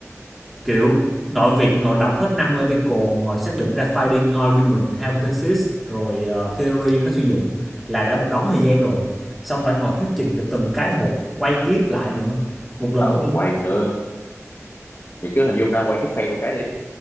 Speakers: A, in the centre; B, on the left.
A: kiểu nội việc ngồi đọc hết năm article ngồi xác định ra finding argument hypothesis rồi ờ, theory nó sử dụng là đã một đống thời gian rồi xong phải ngồi thuyết trình về từng cái một quay clip lại nữa một lần
B: ờ
A: tôi
B: quay
A: có
B: nữa thì cứ hình dung đang quay cái fail cái đi